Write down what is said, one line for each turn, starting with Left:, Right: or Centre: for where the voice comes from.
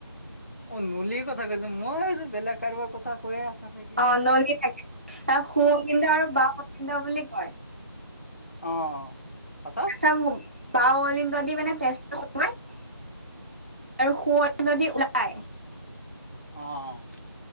Left: অ', নলীৰ কথা কৈছা মই ভাবিছো বেলেগ কাৰোবাৰ কথা কৈয়ে আছ নেকি।
Right: অ', নলী থাকে তাক সু অগন্দ আৰু বাহ অগন্দ বুলি কয়।
Left: অ', পাছত।
Right: চব বাওঁ অলিণ্ড যদি মানে তেজোমাই <unintelligible> আৰু সো অলিণ্ড দি ওলাই।
Left: অ',